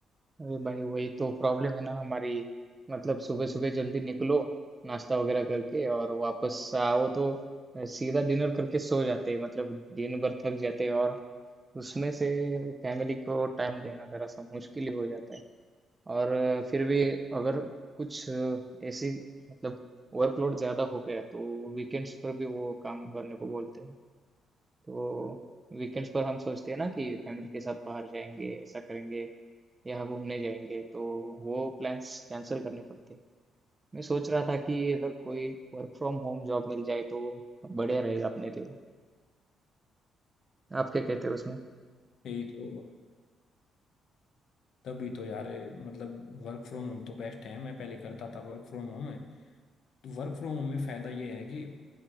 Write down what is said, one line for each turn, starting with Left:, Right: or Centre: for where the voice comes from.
Right: अरे भाई वही तो प्रॉब्लम है ना हमारी मतलब सुबह सुबह जल्दी निकलो नाश्ता वगैरह करके और वापस आओ तो सीधा डिनर करके सो जाते हैं मतलब दिन भर थक जाते हैं और उसमें से फैमिली को टाइम देना जरा सा मुश्किल ही हो जाता है और फिर भी अगर कुछ ऐसी मतलब वर्कलोड ज़्यादा हो गया तो वीकेंड्स पर भी वो काम करने को बोलते हैं तो वीकेंड्स पर हम सोचते हैं ना कि फैमिली के साथ बाहर जाएंगे ऐसा करेंगे यहाँ घूमने जाएंगे तो वो प्लान्स कैंसिल करने पड़ते हैं। मैं सोच रहा था कि अगर कोई वर्क फ्रॉम होम जॉब मिल जाए तो बढ़िया रहेगा अपने लिए आप क्या कहते हो उसमें
Left: यही तो तभी तो यार मतलब वर्क फ्रॉम होम तो बेस्ट है मैं पहले करता था वर्क फ्रॉम होम है तो वर्क फ्रॉम होम में फ़ायदा ये है कि